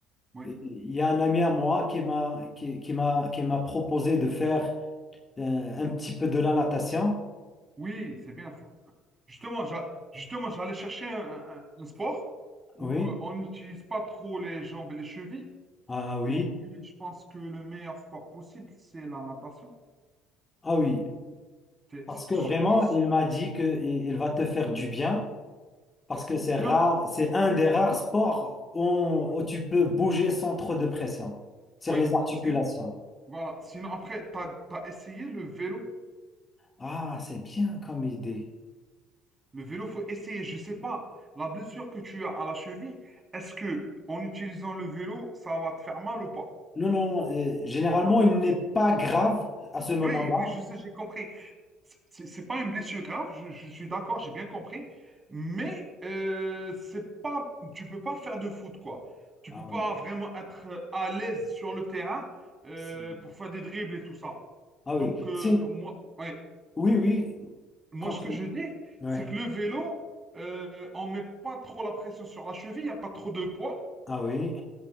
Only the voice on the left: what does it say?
Il y a un ami à moi qui m'a qui, qui m'a qui m'a proposé de faire euh, un petit peu de la natation.
Oui,
ah oui,
ah oui.
Parce
que
vraiment,
il m'a dit que i- il va te faire du bien, parce
que c'est
rare, c'est un des rares sports où,
où tu peux bouger sans trop de pression sur
les articulations.
Ah, c'est bien comme idée.
Non, non, euh, généralement, il n'est pas grave à ce moment-là.
Ah
oui.
C'est-
Ah
oui.
C'est-
Oui, oui.
Continue.
Ouais.
Ah oui.